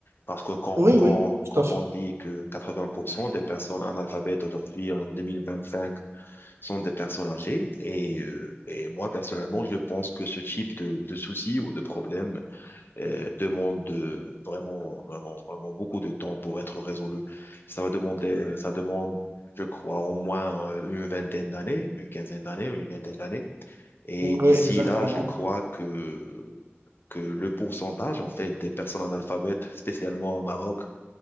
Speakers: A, on the left; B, on the right.
A: Parce que quand,
B: Oui,
A: quand,
B: oui,
A: quand
B: tout à fait.
A: on dit que 80% des personnes analphabètes aujourd'hui en 2025 sont des personnes âgées, et, euh, et moi personnellement, je pense que ce type de, de soucis ou de problèmes euh, demande de- vraiment, vraiment, vraiment beaucoup de temps pour être résolu. Ça va demander, ça demande, je crois, au moins euh, une vingtaine d'années, une quinzaine d'années, une vingtaine d'années. Et
B: Oui,
A: d'ici
B: exactement.
A: là, je crois que que le pourcentage, en fait, des personnes analphabètes, spécialement au Maroc,